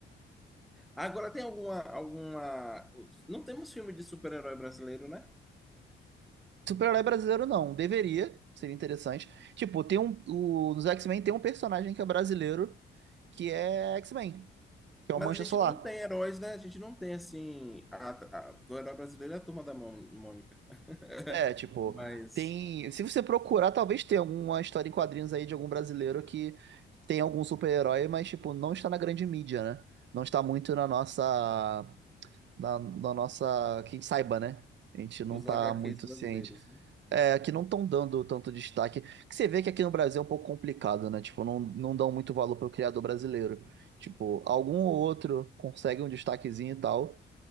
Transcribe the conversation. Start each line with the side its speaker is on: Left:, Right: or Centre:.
Centre: Agora tem alguma, alguma... Não temos filme de super-herói brasileiro, né?
Right: Super-herói brasileiro, não. Deveria, seria interessante. Tipo, tem um, o, nos X-Men tem um personagem que é brasileiro, que é X-Men, que é o
Centre: Mas
Right: Mancha
Centre: a gente
Right: Solar.
Centre: não tem heróis, né? A gente não tem, assim... A, a- do herói brasileiro é a Turma da Mô- Mônica. <laughs>
Right: É, tipo,
Centre: Mas...
Right: tem. Se você procurar, talvez tenha alguma história em quadrinhos aí de algum brasileiro que tem algum super-herói, mas, tipo, não está na grande mídia, né? Não está muito na nossa. Na, na nossa. Quem saiba, né? A gente não
Centre: Os
Right: tá
Centre: HQs
Right: muito
Centre: brasileiros,
Right: ciente.
Centre: né?
Right: É, que não estão dando tanto destaque. Que você vê que aqui no Brasil é um pouco complicado, né? Tipo, não, não dão muito valor pro criador brasileiro. Tipo, algum ou outro consegue um destaquezinho e tal.